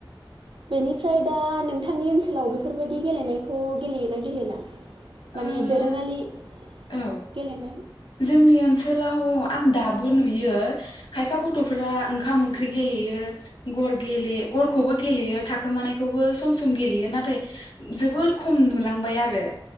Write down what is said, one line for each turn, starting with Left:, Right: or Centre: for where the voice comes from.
Right: बेनिफ्राय दा नोंथांनि ओनसोलाव बेफोरबायदि गेलेनायखौ गेलेयोना गेलेला? माने
Left: ओ
Right: दोरोङारि
Left: औ
Right: गेलेनाय
Left: जोंनि ओनसोलाव आं दाबो नुयो खायफा गथफोरा ओंखाम ओंख्रि गेलेयो गर गेले गरखौबो गेलेयो थाखोमानायखौबो सम सम गेलेयो नाथाय जोबोद खम नुलांबाय आरो